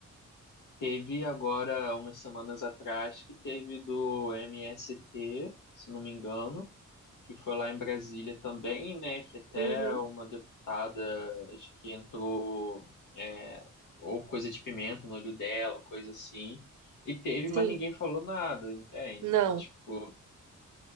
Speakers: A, on the left; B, on the right.
A: Teve agora, umas semanas atrás, que teve do MST, se não me engano, que foi lá em Brasília também, né? Que até
B: Uhum,
A: uma deputada, acho que entrou, é, ou coisa de pimenta no olho dela, coisa assim. E teve,
B: sim.
A: mas ninguém falou nada, entende?
B: Não.
A: Então, tipo.